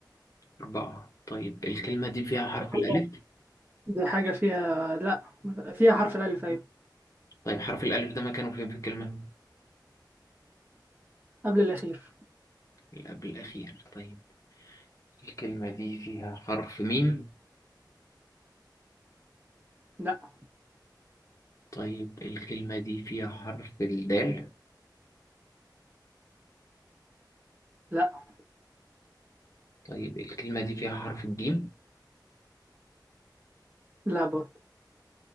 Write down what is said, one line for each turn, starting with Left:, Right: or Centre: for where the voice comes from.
Left: اربعه طيب الكلمه دي فيها حرف
Right: دي حاجه
Left: الالف
Right: دي حاجة فيها لا فيها حرف الالف ايوه
Left: طيب حرف الالف ده مكانه فين في الكلمه
Right: قبل الاخير
Left: اللي قبل الأخير طيب الكلمة دي فيها حرف ميم
Right: لا
Left: طيب الكلمة دي فيها حرف الدال
Right: لا
Left: طيب الكلمة دي فيها حرف الجيم
Right: لا برضه